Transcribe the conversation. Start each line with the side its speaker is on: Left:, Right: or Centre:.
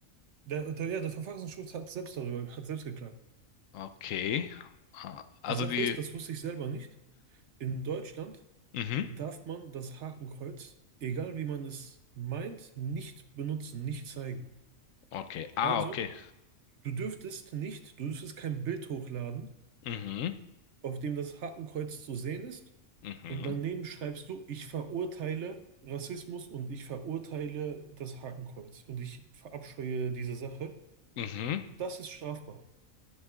Right: Der, der, ja, der Verfassungsschutz hat selbst darüber, hat selbst geklagt.
Left: okay, Ah, also
Right: Die Sache
Left: die,
Right: ist, das wusste ich selber nicht. In Deutschland
Left: mhm,
Right: darf man das Hakenkreuz, egal wie man es meint, nicht benutzen, nicht zeigen.
Left: okay, ah,
Right: Also,
Left: okay,
Right: du dürftest nicht, du dürftest kein Bild hochladen,
Left: mhm,
Right: auf dem das Hakenkreuz zu sehen ist,
Left: mhm,
Right: und daneben schreibst du, ich verurteile Rassismus und ich verurteile das Hakenkreuz und ich verabscheue diese Sache.
Left: mhm,
Right: Das ist strafbar.